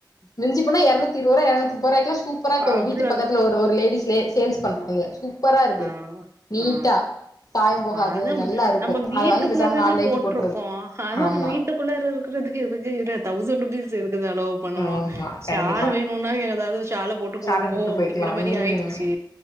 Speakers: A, on the left; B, on the right.
A: மிஞ்சி போனா எரநூத்தி இருவது ரூவா எரநூத்தி முப்பது ரூவாய்க்கல்லா சூப்பரா
B: அவ்ளோதா
A: வீட்டு பக்கத்தில ஒரு அந்த ஒரு லேடிஸ்லயே சேல்ஸ் பண்றாங்க சூப்பரா இருக்கு
B: அவோ
A: நீட்டா
B: ஆ
A: சாயம் போகாது
B: அதா
A: நல்லா இருக்கு
B: நம்ம வீட்டுக்குள்ள
A: அத வாங்கி பேசாம
B: தானே
A: நாலு நைட்டி
B: போட்ருக்கோ
A: போட்றது
B: அதா
A: ஆமா
B: நம்ம வீட்டு க்குள்ளார இருக்கறதுக்கு எதுக்கு நா தௌசண்ட் ருப்பீஸ் எதுக்கு செலவு பண்ணனு
A: ஆமா
B: ஷால்
A: கண்டிப்பா
B: வேணுனா எதாவது ஷால போட்டுக்குவோம்போ
A: சால போட்டு போய்க்கலா
B: அப்டிங்கிற மாரி
A: ம்
B: ஆயிடுச்சு